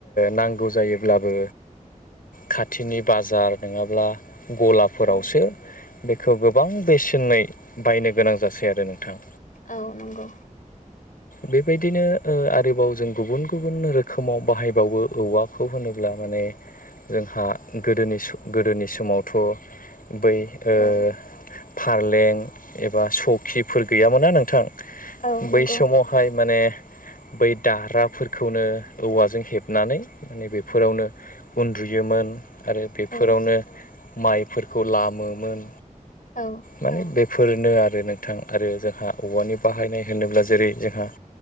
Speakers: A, on the left; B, on the left.
A: नांगौ जायोब्लाबो खाथिनि बाजार नङाब्ला गलाफोरावसो
B: औ
A: बेखौ गोबां बेसेनै बायनो गोनां जासै आरो नोंथां।
B: औ नंगौ
A: बेबायदि नो आरोबाव जों गुबुन गुबुन रोखोमाव बाहायबावो औवाखौ होनोब्ला माने जोंहा गोदोनि गोदोनि समावथ' बै ओ
B: औ
A: फारलें एबा सरखिफोर गैयामोना नोंथां
B: औ नंगौ
A: बै समाव हाय माने बै दार्राफोरखौनो औवाजों हेबनानै माने बेफोरावनो उन्दुयोमोन आरो बेफोरावनो
B: औ
A: माइफोरखौ लामोमोन।
B: औ
A: माने बेफोरनो आरो नोंथां आरो जोंहा औवानि बाहायनाय होनोब्ला जेरै जोंहा